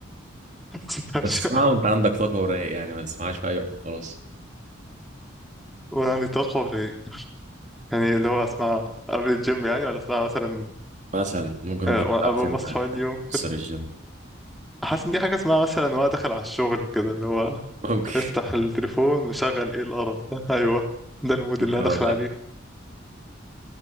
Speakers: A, in the centre; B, on the right.
A: <laughs>
B: <laughs> بس اسمعها وانت عندك طاقه ورايق يعني ما تسمعهاش في اي وقت وخلاص
A: وانا عندي طاقة ولا إيه؟ يعني اللي هو اسمع قبل الجيم يعني ولا اسمع مثلا
B: مثلا ممكن
A: آه،
B: وانت بتلعب
A: اول
B: جيم
A: ما اصحى
B: يعني
A: يوم
B: تكسر الجيم
A: حاسس ان دي حاجه اسمها مثلا وانا داخل على الشغل كده اللي هو
B: ممكن
A: افتح التليفون وشغل ايه القرف ده <laughs> ايوه ده المود
B: <laughs> ممكن
A: اللي انا داخل
B: والله
A: عليه